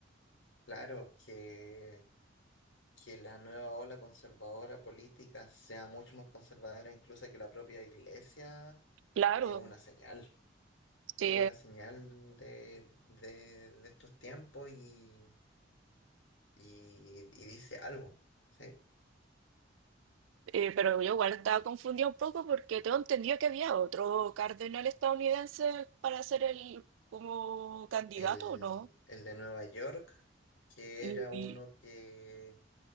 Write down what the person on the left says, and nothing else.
claro, que, que la nueva ola conservadora política sea mucho más conservadora incluso que la propia iglesia
es una señal.
Es una señal de, de de estos tiempos y, y, y dice algo, ¿sí?
El,
el de Nueva York, que
era
uno que,